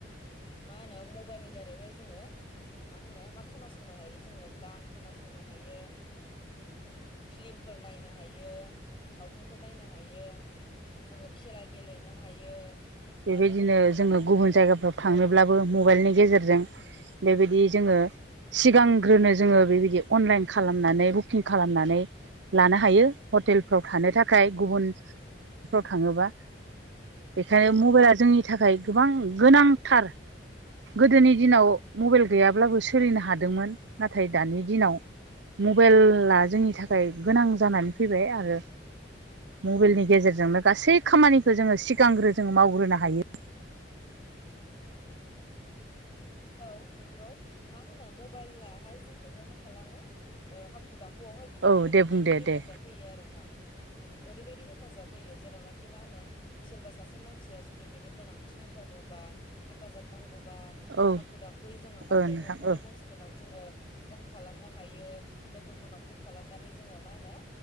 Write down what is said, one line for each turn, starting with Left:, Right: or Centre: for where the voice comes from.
Left: मा होनो मबाइलनि दारैहाय जोङो। मा होनो मा खोनासंनो हायो जोङो गान खोनासंनो हायो। फिलिमफोर नायनो हायो। सावथुनफोर नायनो हायो जोङो खेला गेलेनो हायो।
Right: बेबायदिनो
Left: आरो जों मा खालामनो
Right: जोङो गुबुन
Left: हायो
Right: जायगाफ्राव थांनोब्लाबो
Left: औ
Right: मबाइलनि गेजेरजों बेबायदि। बिदि जोङो सिगांग्रोनो जोङो बेबायदि अनलाइन खालामनानै बुकिं खालामनानै। लानो हायो हटेलफ्राव थानो थाखाय गुबुनफ्राव थाङोबा। बेखायनो मबाइला जोंनि थाखाय गोबां गोनांथार। गोदोनि दिनाव मबाइल गैयाब्लाबो सोलिनो हादोंमोन नाथाय दानि दिनाव। मबाइला जोंनि थाखाय गोनां जानानै फैबाय आरो। मबाइलनि गेजेरजोंनो गासै खामानिखौ जोङो सिगांग्रो जोङो मावग्रोनो हायो।
Left: ए। औ नोंगौ मा होनो मबाइलहाय जोंखौहाय मा खालामो हाखु दाखु। गौआवहाय बियो
Right: औ
Left: ओरैबायदि
Right: दे बुं दे
Left: हेफाजाब
Right: दे
Left: होयो आरोना। ओरैबायाददि हेफाजाब होयो जेरावनाखि मा होनो सोरबा सासे मानसिया जुदि बेनो गोनांथि नांथारगौबा। बा हेफाजाबनांगौबा।
Right: औ
Left: हाखु दाखुयै जोङो मा
Right: ओ
Left: होनदों
Right: नोंथां
Left: न'खरनि
Right: औ
Left: मानसिफोरनाव जोङो। फन खालामनो हायो लोगोफोरनाव फन खालामनानै जोङो मा होनो।